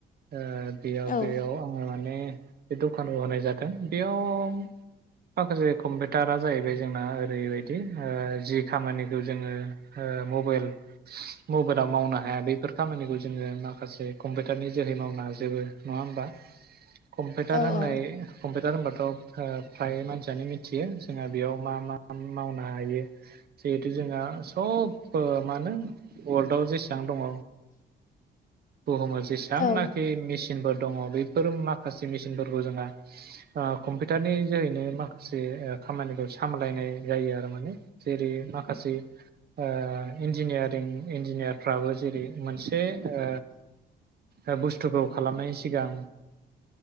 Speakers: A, on the right (about 50°); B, on the left (about 40°).
A: ओ बेयाव
B: औ
A: बेयाव आङो माने बे दखानाव होनाय जादों। बेयाव माखासे कम टारा जाहैबाय जोंना ओरैबायदि ओ जि खामानिखौ जोङो ओ मबाइल मबाइलाव मावनो हाया बेफोर खामानिखौ जोङो माखासे कम्पिउटारनि जोहै मावनो हाजोबो। नङा होमबा। कम्पिउटार
B: औ
A: होननाय
B: औ
A: <unintelligible> टार होनबाथ' ओ फ्राय मानसियानो मिथियो। जोंहा बेयाव मा मा मावनो हायो। जिहेथु जोंहा सब मा होनो वर्ल्डआव जेसेबां दङ। बुहुमाव जेसेबांनाखि
B: औ
A: मेसिनफोर दङ बे फोर माखासे मे सिनफोरखौ जोंहा ओ कम्पिउटारनि जोहैनो माखासे ओ खामानिखौ। सामलायनाय जायो आरो माने जेरै माखासे ओ इन्जिनियारिं इन्जिनियारफ्राबो जेरै मोनसे ओ ओ बुस्थुखौ खालामनाय सिगां